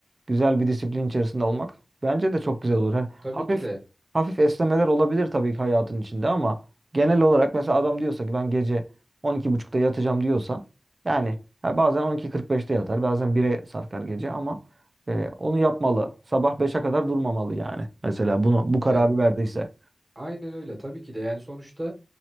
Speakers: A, on the right; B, on the right.
A: güzel bir disiplin içerisinde olmak bence de çok güzel olur. Hani
B: Tabii
A: hafif
B: ki de.
A: hafif esnemeler olabilir tabii ki hayatın içinde ama genel olarak mesela adam diyorsa ki ben gece 12.30'da yatacağım diyorsa yani ha bazen 12.45'te yatar, bazen 1'e sarkar gece ama e, onu yapmalı. Sabah beşe kadar durmamalı yani. Mesela bunu bu kararı
B: Ya
A: verdiyse.
B: aynen öyle. Tabii ki de. Yani sonuçta